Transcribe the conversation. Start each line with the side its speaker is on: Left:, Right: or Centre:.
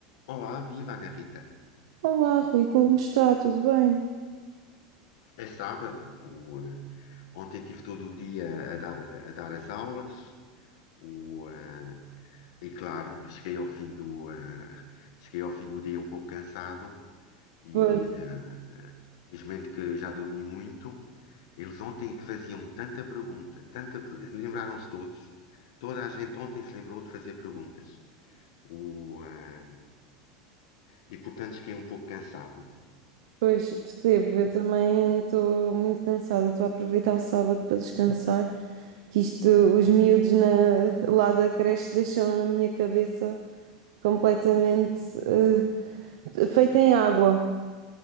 Left: Olá, viva Ana Rita.
Right: Olá, Rui, como está? Tudo bem?
Left: É sábado. O, eh, ontem tive todo o dia a dar, a dar as aulas. O, eh, e claro, cheguei ao fim do, eh, cheguei ao fim do dia um pouco cansado e
Right: Pois,
Left: eh, felizmente que já dormi muito. Eles ontem faziam tanta pergunta, tanta, per- lembraram-se todos. Toda a gente ontem se lembrou de fazer perguntas. O, eh, e portanto cheguei um pouco cansado.
Right: pois, percebo. Eu também estou muito cansada. Estou a aproveitar o sábado para descansar, que isto, os miúdos na- lá da creche deixam a minha cabeça completamente eh, feita em água.